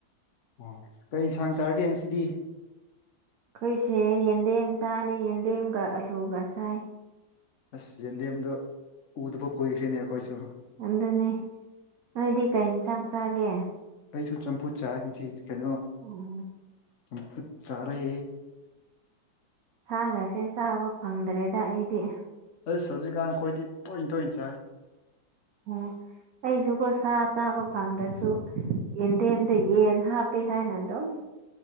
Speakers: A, on the left; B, on the right.
A: ꯑꯣ ꯀꯩ ꯏꯟꯁꯥꯡ ꯆꯥꯔꯒꯦ ꯉꯁꯤꯗꯤ
B: ꯑꯩꯈꯣꯏꯁꯦ ꯌꯦꯟꯗꯦꯝ ꯆꯥꯔꯦ ꯌꯦꯟꯗꯦꯝꯒ ꯑꯂꯨꯒ ꯆꯥꯏ
A: ꯑꯁ ꯌꯦꯟꯗꯦꯝꯗꯣ ꯎꯗꯕ ꯀꯨꯏꯈ꯭ꯔꯦꯅꯦ ꯑꯈꯣꯏꯁꯨ
B: ꯑꯗꯨꯅꯦ ꯅꯣꯏꯗꯤ ꯀꯩ ꯏꯟꯁꯥꯡ ꯆꯥꯒꯦ
A: ꯑꯩꯁꯨ ꯆꯝꯐꯨꯠ ꯆꯥꯏ ꯉꯁꯤ ꯀꯩꯅꯣ
B: ꯎꯝ
A: ꯆꯝꯐꯨꯠ ꯆꯥꯔꯦ
B: ꯁꯥꯒꯁꯦ ꯆꯥꯕ ꯐꯪꯗ꯭ꯔꯦꯗ ꯑꯩꯗꯤ
A: ꯑꯁ ꯍꯧꯖꯤꯛꯀꯥꯟ ꯈꯣꯏꯗꯤ ꯇꯣꯏꯅ ꯇꯣꯏꯅ ꯆꯥꯏ
B: ꯑꯣ ꯑꯩꯁꯨꯀꯣ ꯁꯥ ꯆꯥꯕ ꯐꯪꯗ꯭ꯔꯁꯨ ꯌꯦꯟꯗꯦꯝꯗ ꯌꯦꯟ ꯍꯥꯞꯄꯦ ꯍꯥꯏꯅ ꯗꯨꯝ